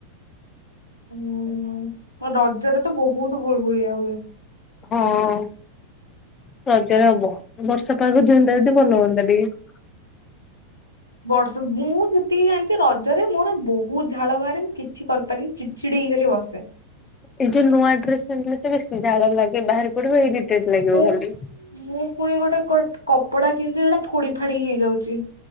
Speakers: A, on the left (about 80°); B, on the left (about 25°).
A: ହୁଁ ରଜରେ ତ ବହୁତୁ ଗୁଳି ଗୁଳିଆ ହୁଏ।
B: ହଁ। ରଜରେ ହବ ବର୍ଷା ପାଗ ଯିଅନ୍ତା ଯଦି ଭଲ ହୁଅନ୍ତା ଟିକେ।
A: ବର୍ଷ ମୁଁ ଯେତିକି ଜାଣିଚି ରଜରେ ମୋର ବହୁତ ଝାଳ ବାହାରେ। ମୁଁ କିଛି କରିପାରେନି ଚିଡି ଚିଡି ହେଇ ବସେ।
B: ଏଇ ଯୋଉ ନୂଆ ଡ୍ରେସ ପିନ୍ଧିଲେ ତ ବେଶୀ ଝାଳ ଲାଗେ। ବାହାରି ପଡିବ ଇରିଟେଡ ଲାଗିବ
A: ମୁଁ
B: ଖାଲି।
A: ମୁଁ ଫୁଣି ଗୋଟେ କ କପଡା କିଣିଚି। ସେଟା ଫୋଡି ଫାଡି ହେଇଯାଉଚି।